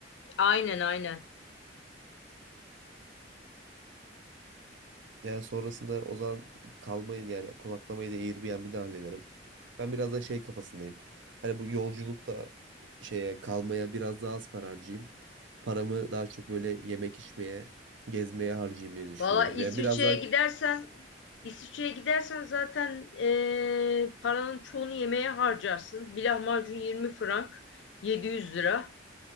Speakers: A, on the left (about 70°); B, on the right (about 80°).
A: Aynen aynen.
B: Yani sonrasında o zaman kalmayı yani konaklamayı da Airbnb'den hallederim. Ben biraz da şey kafasındayım. Hani bu yolculukta şeye kalmaya biraz daha az para harcayayım. Paramı daha çok böyle yemek içmeye gezmeye harcayayım diye düşünüyorum.
A: Valla İsviçre'ye
B: Yani biraz daha
A: gidersen İsviçre'ye gidersen zaten eee, paranın çoğunu yemeğe harcarsın. Bir lahmacun 20 frank 700 lira.